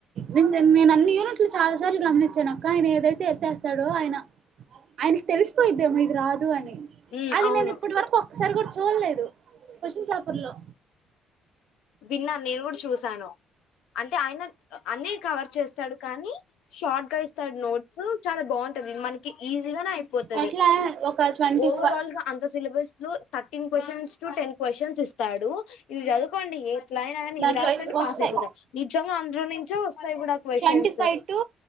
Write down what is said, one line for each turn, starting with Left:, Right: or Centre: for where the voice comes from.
Right: నేన్ నన్ నేను అన్ని యూనిట్లు చాలా సార్లు గమనించాను కానీ ఇది ఏదైతే ఎత్తేస్తాడో ఆయన ఆయనకి తెలిసిపోయిద్దేమో ఇది రాదు అని
Left: హ్మ్
Right: అది
Left: అవును
Right: నేను ఇప్పటి వరకు ఒక్కసారి కూడా చూడలేదు క్వశ్చన్ పేపర్ లో
Left: విన్నాన్ నేను గూడు చూసా అంటే ఆయన అన్ని కవర్ చేస్తాడు కానీ షార్ట్ గా ఇస్తాడు నోట్స్ చాలా బాగుంటది మనకి ఈజీగానే అయిపోతది.
Right: ఎట్లా ఒక ట్వంటీ
Left: ఓవరాల్
Right: ఫైవ్
Left: గా అంత సిలబస్ లో thirteen question to ten questions ఇస్తాడు ఇవి జద్ కోండి ఎట్లా అయినా గాని
Right: దాంట్లో
Left: ఇవి రాస్ రండి
Right: వస్తాయి
Left: పాస్ అయిపోతా నిజంగా అందులో నుంచు వస్తాయి గూడా questions
Right: twenty five to